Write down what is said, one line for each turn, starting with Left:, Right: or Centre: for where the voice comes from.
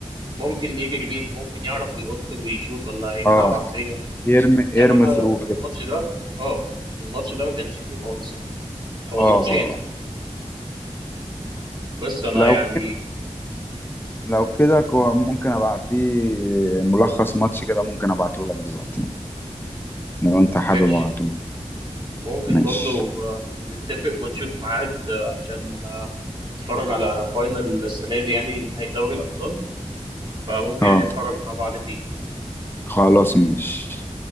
Right: ممكن يجري بيك ممكن يعرف يقط ويشوط ولا يلعب
Left: اه
Right: عرضيه
Left: يرمي
Right: ده
Left: يرمي
Right: بقى
Left: ثرو كده.
Right: في الماتش ده اه في الماتش ده ما كانش فيه خالص يعني او
Left: اه
Right: الماتشين
Left: اه
Right: كمان
Left: آه.
Right: بس انا
Left: لو
Right: يعني
Left: كده لو كده كو- ممكن ابعت فيه ملخص ماتش كده ممكن ابعته لك دلوقتي يعني. لو انت حابب
Right: ماشي
Left: ابعته
Right: ممكن
Left: ماشي
Right: برضو آه، نتفق ونشوف ميعاد آه، عشان آه، نتفرج على فاينل السنة دي يعني نهائي دوري الأبطال فممكن
Left: اه
Right: يعني نتفرج مع بعض فيه يعني.
Left: خلاص ماشي